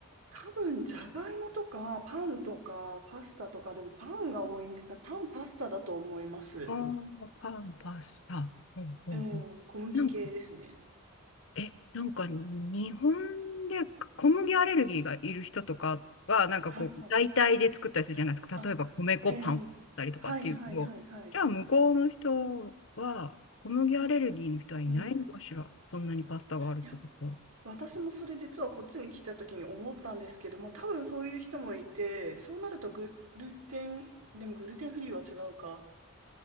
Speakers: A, on the right; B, on the left.
A: 多分、じゃがいもとか、パンとか、パスタとか、でもパンが多いんですかね。パン、パスタだと思います。
B: ああ、パン、パスタ。うんうんうん。
A: えー、小麦系ですね。
B: なんか、え、なんか日本で小麦アレルギーがいる人とかは、なんかこう、
A: はい、はい。
B: 代替で作ったりするじゃないですか。
A: あ、
B: 例えば米粉パンを作ったりとかっていうけど、
A: えー、はい、はい、はい、はい。
B: じゃあ向こうの人は、小麦アレルギーの人はいないのかしら。
A: えー、
B: そんなにパスタがあるってことは。
A: いや、私もそれ実はこっちに来た時に思ったんですけども、多分そういう人もいて、そうなるとグルテン、でもグルテンフリーは違うか。